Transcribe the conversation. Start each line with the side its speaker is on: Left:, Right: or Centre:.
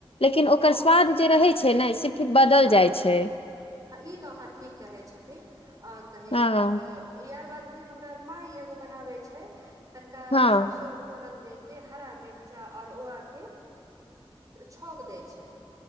Left: लेकिन ओकर
Right: हँ
Left: स्वाद जे रहै। छै नै सिखी बदल
Right: हँ
Left: जाइ छै।
Right: हँ ई तऽ अहाँ ठीक कहै छथिन आ कही
Left: हँ
Right: यार बाद फिर हमरा मााय एगो बनावे छै तनिका
Left: हँ
Right: सरसो फोरन दे के के हरा मिर्चा आओर ओआके छौक दै छै